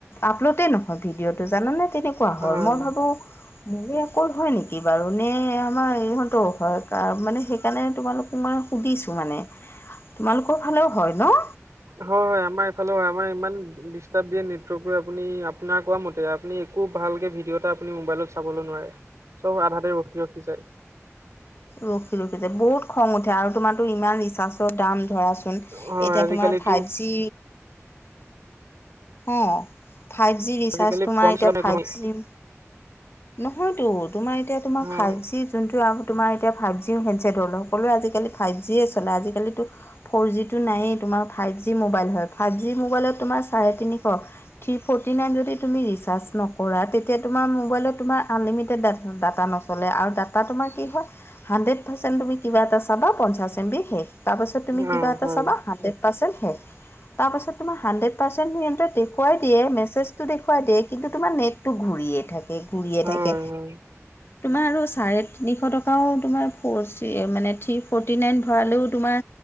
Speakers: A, on the left; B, on the right.
A: আপলোডেই নহয় ভিড ভিডিঅ'টো জানোনে তেনেকুৱা
B: হয়।
A: হ'ল মই ভাবো মোৰ অকল হয় নেকি বাৰু নে আমাৰ ইহঁতৰ হয় মানে সেইকাৰণে তোমালোক মই সুধিছো মানে তোমালোকৰ ফালেও হয় ন
B: হয় হয় আমাৰ এইফালে হয় আমাৰ ইমান ডিষ্টাব দিয়ে নেটৰ্ক আপুনি আপোনাৰ ক মতে আপুনি একো ভালকে ভিডিঅ' এটা আপুনি মোবাইলত চাবলৈ নোৱাৰে চব আধ হাতে ৰখি ৰখি যায়
A: ৰখি ৰখিছে বহুত খং উঠে আৰু তোমাৰো ইমান ৰিচাৰ্ছৰ দাম ধৰাচুন
B: হয়
A: এতিয়া
B: আজিকালিতো
A: তোমাৰ ফাইভ জি অহ, ফাইভ জি ৰিচাৰ্জ
B: আজিকালি
A: তোমাৰ
B: কম
A: এতিয়া
B: চলে
A: ফাইভ
B: নহয়।
A: জি নহয়তো তোমাৰ এতিয়া তোমাৰ
B: হয়
A: ফাইভ জি যোনটো আৰু তোমাৰ এতিয়া ফাইভ জি, টি হেণ্ডচেট হ'ল সকলোৱে আজিকি ফাইভ জিয়ে চলে আজিকালিতো ফ'ৰ জিটো নয়েই তোমাৰ ফাইভ জি মোবাইল হয় ফাইভ জি মোবাইলত তোমাৰ চাৰে তিনি থ্ৰী ফ'ৰ্টি নাইন যদি তুমি ৰিচাৰ্জ নকৰা তেতিয়া তোমাৰ মোবাইলত, তোমাৰ আনলিমিটেডা ডাটা নচলে আৰু ডাটা তোমাৰ কি হয় হাণ্ড্ৰেড পাৰ্চেণ্ট তুমি কিবাটা চাবা পঞ্চা এম বি শেষ। তাৰপাছত তুমি কিবা
B: অ
A: এটা
B: হয়
A: চাবা হাড্ৰেড পাৰ্চেণ্ট শেষ, তাৰপাছত তোমাৰ হাণ্ড্ৰেড পাৰ্চেণ্ট স দেখুৱাই দিয়ে মেজটো দেখুৱাই দিয় কিন্তু টোমাৰ নেটটো ঘূৰিয়ে থাকে। ঘূৰিয়ে
B: হয়-হয়।
A: থাকে তোমাৰ চাৰে তিনিশ টকাও তোমাৰ ফ জি মানে, থ্ৰী ফ'ৰ্টি নাইন ভৰালেও তোমাৰ